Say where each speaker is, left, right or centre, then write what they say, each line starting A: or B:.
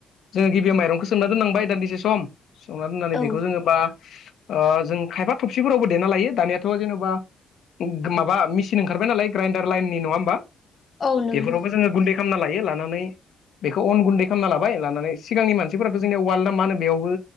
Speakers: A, on the left; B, on the left.
A: जोङो गिबियाव माइरंखौ सोंना दोननांबाय दान्दिसे सम सोमना दोननानै
B: औ
A: बेखौ जोङो बा ओ जों खायफा थबसिफोरावबो देना लायो दानियाथ जेनेबा माबा मेसिन ओंखारबाय नालाय ग्राइन्डार लाइननि नङा होमबा
B: औ नंगौ
A: बेफोरावबो जोङो गुन्दै खालामना लायो। लानानै बेखौ अन गुन्दै खालामना लाबाय लानानै सिगांनि मानसिफोराथ जोंनिया उवाल ना मा होनो बेयावबो